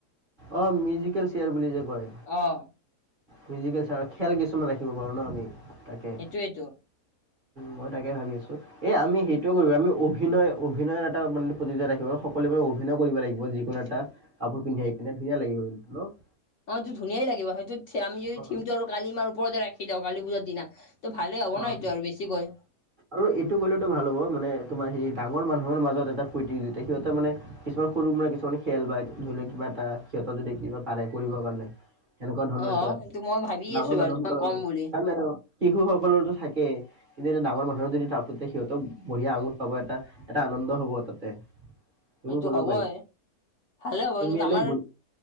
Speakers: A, on the right; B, on the left.
A: অ' মিউজিকেল চিয়াৰ বুলি যে কয়
B: অ'।
A: মিউজিকেল চিয়াৰ, খেল কিছুমান ৰাখিব পাৰোঁ ন' আমি তাকে।
B: সেইটোয়েইটো
A: মই তাকে ভাবি আছোঁ। এই আমি সেইটোয়ে কৰিব আমি অভিনয় অভিনয় এটা মানে প্ৰতিযোগিতা ৰাখিব সকলোৱে মানে অভিনয় কৰিব লাগিব যিকোনো এটা কাপোৰ পিন্ধি আহি কেনে ধুনীয়া লাগিব কিন্তু ন'।
B: অ' এইটো ধুনীয়াই লাগিব, সেইটো আমি যদি
A: অঁ
B: থিমটো আৰু কালি মাৰ ওপৰতে ৰাখি দিওঁ কালি পূজাৰ দিনা ত' ভালে যাব
A: অঁ
B: ন' এইটো আৰু বেছিকৈ।
A: আৰু এইটো কৰিলেতো ভাল হ'ব মানে তোমাৰ হেৰি ডাঙৰ মানুহৰ মাজত এটা প্ৰতিযোগিতা, সিহঁতে মানে কিছুমান সৰু ল'ৰা কিছুমান খেল বা ধৰি লওক কিবা এটা সিহঁত যদি কিবা পাৰে কৰিবৰ কাৰণে। সেনেকুৱা ধৰণৰ
B: অ
A: কিবা,
B: সেইটো মই ভাবি
A: ডাঙৰ
B: আছো বাৰু
A: মানুহসকলৰ
B: তোমাক ক'ম বুলি
A: কাৰণ শিশুসকলৰো থাকেই। কিন্তু এতিয়া ডাঙৰ মানুহৰ যদি তাৰপতি সিহঁতক বঢ়িয়া আমুদ পাব এটা, এটা আনন্দ হ'ব তাতে। সেইবোৰ
B: সেইটো
A: কৰিব
B: হ'বই,
A: পাৰি
B: ভালে হ'ব
A: তুমি
B: কি
A: এনে
B: আমাৰ